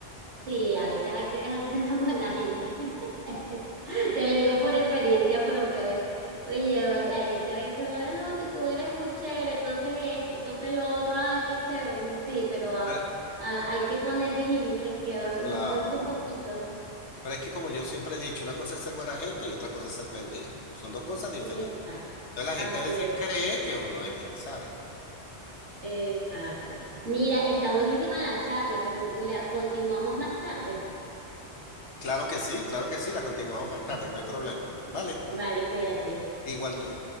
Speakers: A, on the right; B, on the left.
A: sí, a veces hay que dejar ser tan buena gente. <laughs> Eso, Te lo digo por experiencia propia. A veces, oye, la gente a veces, bueno, no, que tú eres muy chévere, entonces esto, entonces lo otro, ah, qué chévere. Sí, pero ah,
B: Pero-
A: ah, hay que poner límites que ah,
B: claro.
A: nos cuesta un poquito.
B: Pero es que como yo siempre he dicho, una cosa es ser buena gente y otra cosa es ser pendejo. Son dos cosas diferentes.
A: Exacto,
B: Entonces
A: así
B: la gente a veces cree que uno es, eh, ¿sabes?
A: es, exacto. Mira, está buenísima la charla, pero la continuamos más tarde.
B: Claro que sí, claro que sí, la continuamos más tarde,
A: <laughs>
B: no hay problema. ¿Vale?
A: Vale, cuídate.
B: Igual tú.